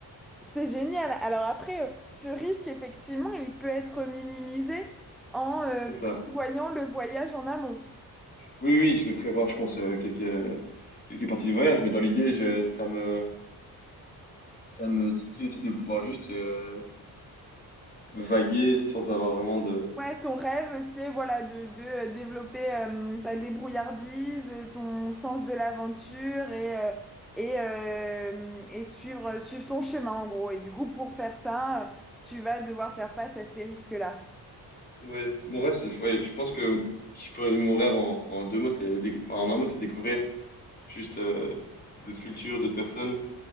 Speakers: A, in the centre; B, on the left.
A: C'est génial. Alors après, euh, ce risque, effectivement, il peut être minimisé en euh,
B: C'est ça.
A: prévoyant le voyage en amont.
B: Oui, oui, je vais prévoir, je pense, euh, quelques, quelques parties du voyage, mais dans l'idée, je- ça me, ça me titille aussi de pouvoir juste euh, vaguer sans avoir vraiment de.
A: Ouais, ton rêve, c'est voilà de, de euh, développer euh, ta débrouillardise, euh, ton sens de l'aventure et, euh, et, euh, et suivre, suivre ton chemin en gros. Et du coup, pour faire ça, euh, tu vas devoir faire face à ces risques-là.
B: oui mon rêve, c'est. ouais, je pense que si je peux résumer mon rêve en, en deux mots, c'est. déc- Enfin, en un mot, c'est découvrir juste euh, d'autres cultures, d'autres personnes.